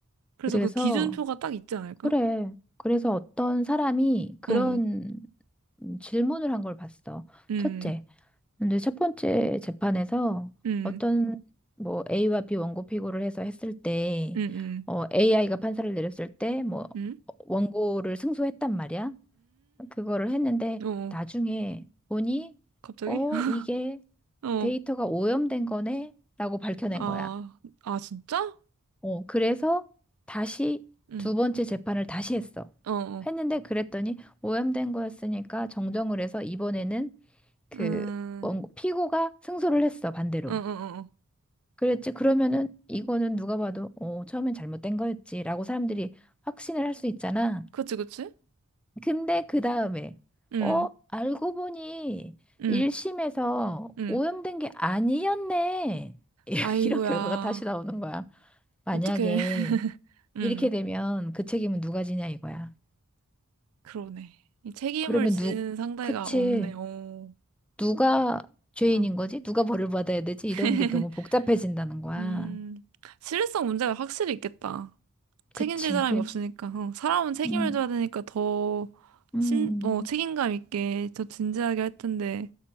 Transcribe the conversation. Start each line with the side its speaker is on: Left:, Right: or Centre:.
Right: 그래서
Centre: 그래서,
Right: 그 기준표가 딱 있지 않을까?
Centre: 그래. 그래서 어떤 사람이 그런
Right: 어, 음,
Centre: 음, 질문을 한 걸 봤어.
Right: 음,
Centre: 첫째. 근데 첫 번째 재판에서
Right: 음,
Centre: 어떤 뭐 A와 B 원고 피고를 해서 했을 때,
Right: 음,
Centre: 어, AI가 판사를 내렸을 때, 뭐,
Right: 음,
Centre: 원고를 승소했단 말이야. 그거를 했는데,
Right: 음,
Centre: 나중에
Right: 어,
Centre: 보니,
Right: 갑자기?
Centre: 어,
Right: <laughs>
Centre: 이게
Right: 어,
Centre: 데이터가 오염된 거네? 라고 밝혀낸
Right: 아,
Centre: 거야.
Right: 아, 진짜?
Centre: 어, 그래서 다시
Right: 응,
Centre: 두 번째 재판을 다시 했어.
Right: 어, 어,
Centre: 했는데 그랬더니 오염된 거였으니까 정정을 해서 이번에는 그
Right: 음,
Centre: 원- 피고가 승소를 했어, 반대로.
Right: 어, 어, 어, 어.
Centre: 그랬지. 그러면은 이거는 누가 봐도 어, 처음엔 잘못된 거였지라고 사람들이 확신을 할 수 있잖아.
Right: 그치, 그치?
Centre: 근데 그 다음에
Right: 응,
Centre: 어, 알고 보니
Right: 응,
Centre: 1심에서
Right: 응.
Centre: 오염된 게 아니었네. <laughs>
Right: 아이고야.
Centre: 이런 결과가 다시 나오는 거야. 만약에
Right: 어떡해. <laughs> 응,
Centre: 이렇게 되면 그 책임은 누가 지냐 이거야.
Right: 그러네. 이 책임을
Centre: 그러면
Right: 지는
Centre: 누,
Right: 상대가
Centre: 그치.
Right: 없네. 오.
Centre: 누가 죄인인
Right: 응.
Centre: 거지? 누가 벌을 받아야 되지?
Right: <laughs>
Centre: 이런 게 너무 복잡해진다는 거야.
Right: 음, 신뢰성 문제가 확실히 있겠다. 책임질
Centre: 그치.
Right: 사람이
Centre: 그,
Right: 없으니까. 어, 사람은 책임을
Centre: 음,
Right: 져야 되니까 더
Centre: 음,
Right: 심, 어, 책임감 있게 더 진지하게 할 텐데.